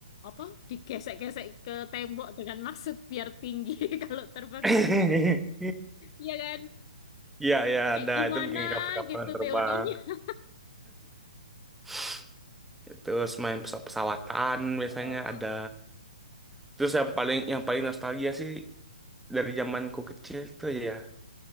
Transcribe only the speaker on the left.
apa? Digesek-gesek ke tembok dengan <laughs> maksud biar tinggi <laughs> kalau terbang
ingetnya. Iya kan?
Kayak
gimana
gitu
teorinya.
Oh, oh,
oh.